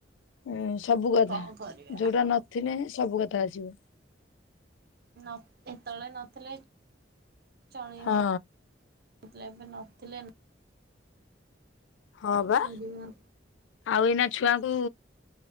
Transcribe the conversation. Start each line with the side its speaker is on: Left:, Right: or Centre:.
Left: ଉଁ ସବୁ କଥା
Right: କଣ କରିବା
Left: ଯୋଉଟା ନଥିଲେ ସବୁ କଥା ଆସିବ।
Right: ନ ଏତେ ବେଳେ ନଥିଲେ ଚଳେଇ
Left: ହଁ
Right: ହଉ <unintelligible> ଏବେ ନ ଥିଲେ ନାଇଁ।
Left: ହଁ
Right: କଣ
Left: ବା।
Right: କରିବା।
Left: ଆଉ ଏଇନା ଛୁଆଙ୍କୁ